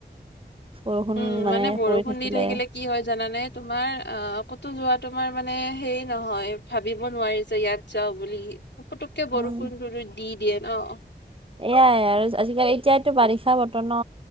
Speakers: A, on the right; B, on the left.
A: বৰষুণ
B: উম
A: মানে
B: বৰষুণ
A: পৰি থাকিলে।
B: দি কি হয় জানা নে তোমাৰ অ, ক'তো যোৱা তোমাৰ মানে হেইৰি নহয়, ভাবিব নোৱাৰি যে ইয়াত যাওঁ বুলি, পুটুকে
A: উম
B: বৰষুণটো দি দিয়ে ন।
A: এয়াই আৰু আজিকালি এতিয়ো বাৰিষা বতৰ ন।